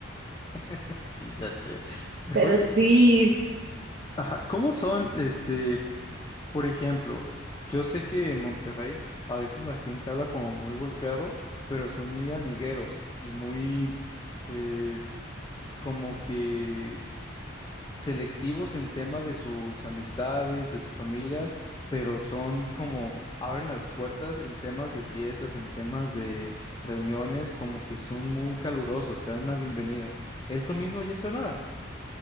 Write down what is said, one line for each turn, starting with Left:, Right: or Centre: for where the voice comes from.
Left: <laughs> Sí, ya sé.
Right: <laughs> Pero
Left: Oye,
Right: sí.
Left: ajá, ¿cómo son, este, por ejemplo, yo sé que en Monterrey a veces la gente habla como muy golpeado, pero son muy amigueros y muy... eh, como que selectivos en tema de sus amistades, de su familia, pero son como abren las puertas en temas de fiestas, en temas de reuniones, como que son muy calurosos, te dan una bienvenida. ¿Es lo mismo allá en Sonora?